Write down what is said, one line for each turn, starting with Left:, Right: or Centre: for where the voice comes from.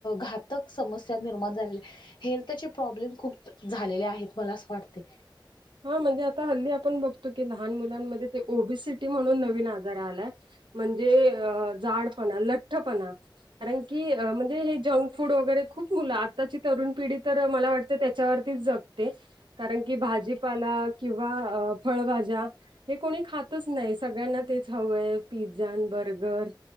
Left: घातक समस्या निर्माण झाल्या हेल्थचे प्रॉब्लेम खूप झालेले आहेत, मला असं वाटतंय
Right: हा, म्हणजे आता हल्ली आपण बघतो की, लहान मुलांमध्ये ते ओबीसीटी म्हणून नवीन आल आलाय, म्हणजे जाडपणा, लठ्ठपणा कारण की, म्हणजे... हे जंक फूड वगैरे... खूप मुलं, आताची तरुण पिढी... तर मला वाटते, त्याच्यावरतीच जग कारण की, भाजीपाला किंवा फळभाज्या हे कोणी खातच नाई, सगळ्यांना तेच हवं ए... पिझ्झा अन बर्गर